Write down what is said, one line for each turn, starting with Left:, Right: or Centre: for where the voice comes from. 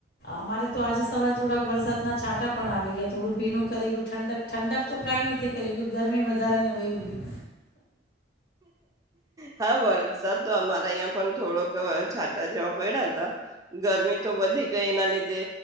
Left: અમારે તો આજે સવારે થોડાક વરસાદના છાંટા પણ આવી ગયા થોડુંક ભીનું કરી ગયું. ઠંડક ઠંડક તો કઈ નથી કરી ગરમી વધારી ને વયુ ગયું.
Right: હા વરસાદ તો અમારા અહિયા પણ થોડોક છાંટા જેવા પડ્યા હતા. ગરમી તો વધી ગઈ એના લીધે